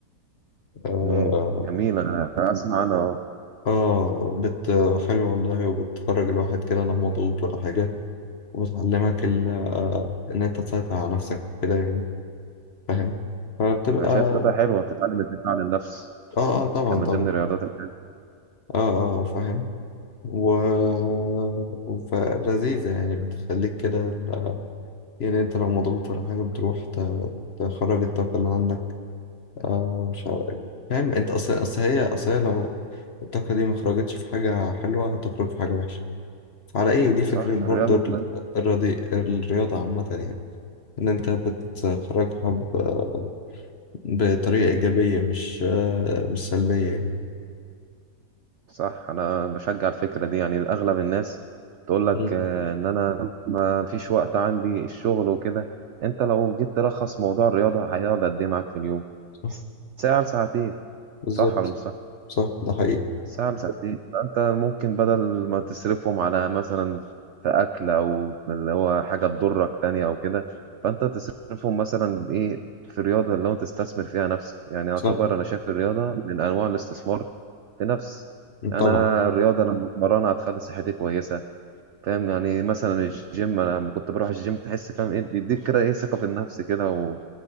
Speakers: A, on the left (about 45°); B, on the right (about 75°).
A: آه،
B: مم، جميل انا اسمع انا اه
A: اه بت آه، حلو والله وبتخرج الواحد كده لا مضغوط ولا حاجة وبتعلمك ال... آه، إن أنت تسيطر على نفسك وكده يعني فاهم فبتبقى
B: انا شايف
A: اه
B: رياضه حلوه تتعلم الدفاع عن النفس
A: اه طبعا
B: كان من
A: طبعا
B: ضمن الرياضات الحلوة.
A: اه اه آه، فاهم و فلذيذة يعني بتخليك كده ال- يعني أنت لو مضغوط ولا حاجة بتروح ت- تخرج الطاقة اللي عندك آه مش عارف. فاهم أنت أصل أصل هي أصل هي لو الطاقة دي ما خرجتش في حاجة حلوة هتخرج في حاجة وحشة على ايه ودي فكرة
B: صح
A: برضه
B: الرياضه
A: ال-
B: مهمة.
A: الرياضي الرياضة عامة يعني ان انت بتخرجها ب- بطريقة ايجابية مش مش سلبية يعني
B: صح انا بشجع الفكره دي يعني اغلب الناس تقول لك
A: مم.
B: آه، ان انا ما فيش وقت عندي الشغل وكده انت لو جيت تلخص موضوع الرياضه هيقعد قد ايه معاك في اليوم
A: صح
B: ساعة لساعتين
A: بالظبط
B: صح ولا مش صح؟
A: صح ده حقيقي
B: ساعة لساعتين فأنت ممكن بدل ما تصرفهم على مثلا في أكل أو اللي هو حاجة تضرك تانية أو كده فأنت تصرفهم مثلا إيه في رياضة اللي هو تستثمر فيها نفسك يعني يعتبر
A: صح
B: أنا شايف الرياضة من أنواع الاستثمار في نفس
A: مم، طبعا
B: أنا الرياضة لما بتمرنها هتخلي صحتي كويسة فاهم يعني مثلا الجيم أنا لما كنت بروح الجيم تحس فاهم إيه بيديك كده إيه ثقة في النفس كده و...